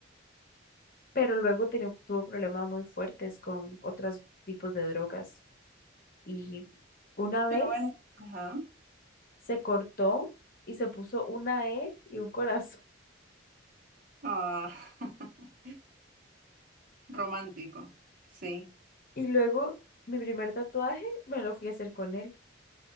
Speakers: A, on the left; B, on the right.
A: pero luego tenía- tuvo problemas muy fuertes con otros tipos de drogas. Y una vez...
B: Pero bueno, ajá.
A: se cortó y se puso una E y un corazón. <laughs>
B: Ah, <laughs> romántico. Sí.
A: Y luego mi primer tatuaje me lo fui a hacer con él,